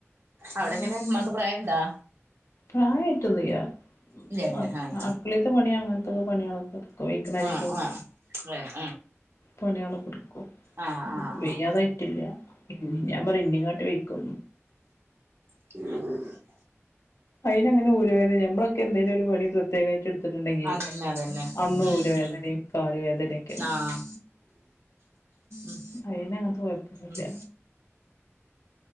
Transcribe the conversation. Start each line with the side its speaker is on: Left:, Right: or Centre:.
Right: അവടെങ്ങനെ ഉമ്മാക്ക് പ്രായം ഇണ്ടാ?
Left: പ്രായായിട്ടൊന്നുല്ല,
Right: ഇല്ലല്ലേ
Left: <unintelligible>
Right: ആഹ്
Left: അടുക്കളെത്തെ പണി അങ്ങനത്തൊക്കെ പണികളൊ <unintelligible>
Right: ആഹ് ആഹ് ആഹ്
Left: പണികളൊക്കെ എടുക്കും.
Right: ആഹ് ആഹ് ആഹ്
Left: വെയ്യാതായിട്ടില്ല,
Right: ആഹ്
Left: ഞാ പറയും ഇന്നെ കാട്ടി വെയ്ക്കും.
Right: ആ
Left: അയിനങ്ങനെ ഉരു വേദന ഞമ്മളൊക്കെ എന്തേലും ഒരു പണി പ്രത്യേകായിട്ട് എട്ത്തിട്ടുണ്ടെങ്കി
Right: അതന്നെ അതന്നെ
Left: അന്ന്
Right: ഉം
Left: ഊര് വേദനയും
Right: ഉം
Left: കാല് വേദനൊക്കെയാണ്.
Right: ആഹ് ഉം
Left: അയിനങ്ങനത്തെ കൊഴപ്പൊന്നുല്ല
Right: ഉം